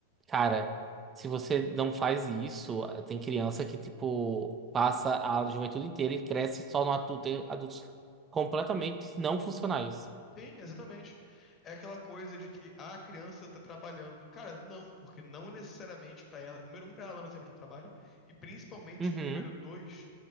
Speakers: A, on the right; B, on the left.
A: cara, se você não faz isso, tem criança que, tipo, passa a juventude inteira e cresce só no adulto, tem adultos completamente não funcionais.
B: Sim, exatamente. É aquela coisa de que ah, a criança tá trabalhando. Cara, não, porque não necessariamente pra ela. Número um, pra ela não é necessariamente é um trabalho. E principalmente,
A: Uhum.
B: número dois,